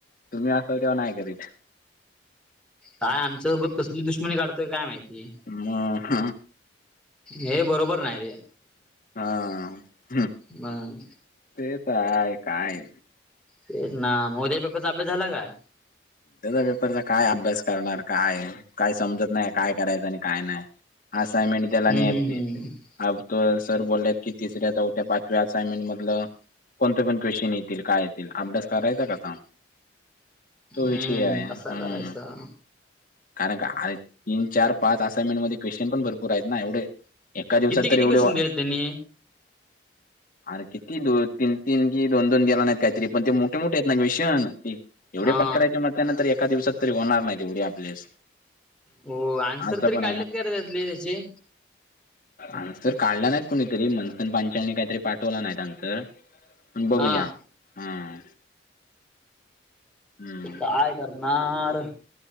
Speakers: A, on the left; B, in the centre.
A: तुम्ही असाल तेव्हा नाही केलेलं.
B: काय आमच्यासोबत कसली दुश्मनी काढतोय काय माहिती?
A: मग
B: हे बरोबर नाही रे.
A: हा हम्म
B: मग
A: ते काय- काय?
B: ते ना उद्याच्या पेपरचा अभ्यास झाला काय?
A: उद्याच्या पेपरचा काय अभ्यास करणार काय- काय समजत नाही काय करायचं आणि काय नाही. असयनमेंट देला
B: हम्म
A: न येत
B: हम्म हम्म
A: अ त सर बोललेत की तिसऱ्या चौथ्या पाचव्या असाइनमेंट मधलं कोणते पण क्वेशन येतील काय येतील अभ्यास करायचा कसा. तो विषय
B: हम्म
A: आहे हम्म.
B: कसा करायचा
A: कारण का तीन चार पाच असाइनमेंट मध्ये क्वेश्चन पण भरपूर आहेत ना एवढे. एका दिवसात
B: किती किती
A: तर एवढे
B: क्वेश्चन दिले त्यांनी?
A: अरे किती दो तीन तीन की दोन दोन गेला ना काहीतरी पण ते मोठे मोठे आहेत ना क्वेश्चन. एवढे
B: हा
A: पाठ करायचे म्हटल्यानंतर एका दिवसात तरी होणार नाहीत तेवढे आपलेस
B: हो अन्सर
A: असं
B: तरी
A: पण
B: काढलेत का र त्यातले त्याचे?
A: आनसर काढला नाहीत कुणीतरी मंथन पांचलनी काहीतरी पाठवला नाहीत आनसर बघू
B: हा
A: या हम्म. हम्म
B: काय करणार.